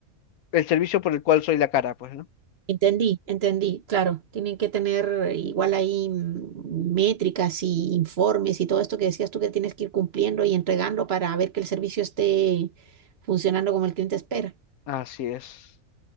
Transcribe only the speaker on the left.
el servicio por el cual soy la cara, pues, ¿no?
Así es,